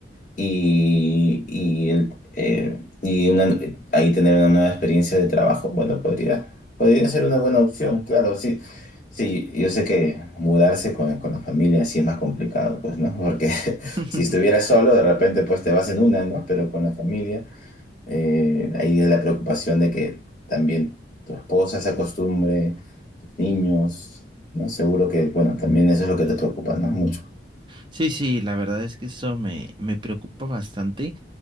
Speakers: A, on the left (about 45°); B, on the right (about 25°).
A: y, y, el- eh, y una- ahí tener una nueva experiencia de trabajo, bueno, podría, podría ser una buena opción, claro, sí. Sí, yo sé que mudarse con, con la familia sí es más complicado, pues, ¿no? Porque <laughs>
B: <laughs>
A: si estuvieras solo, de repente, pues te vas en una, ¿no? Pero con la familia, eh, ahí es la preocupación de que también tu esposa se acostumbre, tus niños, ¿no? Seguro que, bueno, también eso es lo que te preocupa, ¿no? Mucho.
B: Sí, sí, la verdad es que eso me, me preocupa bastante